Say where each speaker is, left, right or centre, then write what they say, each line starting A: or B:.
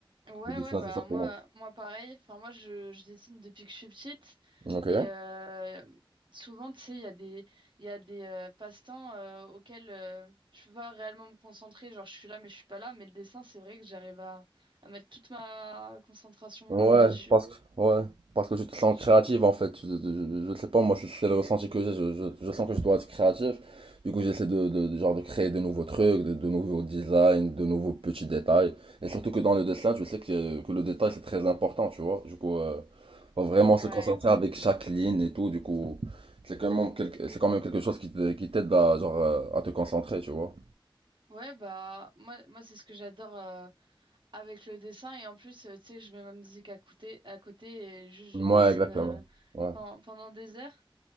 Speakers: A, on the right; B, on the right.
A: Ouais,
B: Je dis
A: ouais,
B: ça,
A: bah
B: c'est ça
A: moi,
B: pour moi.
A: moi pareil. Enfin, moi, je, je dessine depuis que je suis petite.
B: Ok.
A: Et euh, souvent, tu sais, il y a des, il y a des euh, passe-temps euh, auxquels euh, je peux pas réellement me concentrer. Genre, je suis là, mais je suis pas là. Mais le dessin, c'est vrai que j'arrive à, à mettre toute ma concentration
B: Ouais,
A: euh, dessus.
B: parce que, ouais, parce que tu te sens
A: Je-
B: créative en fait. Je, je- je sais pas, moi c'est c'est le ressenti que j'ai. Je, je, je sens que je dois être créatif. Du coup, j'essaie de, de, de- genre de créer de nouveaux trucs, de, de nouveaux designs, de nouveaux petits détails. Et surtout que dans le dessin, tu sais que, que le détail c'est très important, tu vois. Du coup, euh, faut vraiment
A: Ouais.
B: se concentrer avec chaque ligne et tout. Du coup, c'est quand même quelque, c'est quand même quelque chose qui te- qui t'aide à, genre, euh, à te concentrer, tu vois.
A: Ouais, bah moi, moi c'est ce que j'adore euh, avec le dessin. Et en plus, euh, tu sais, je mets ma musique à côté, à côté et juste je
B: Ouais,
A: dessine
B: exactement.
A: euh,
B: Ouais,
A: pen- pendant des heures.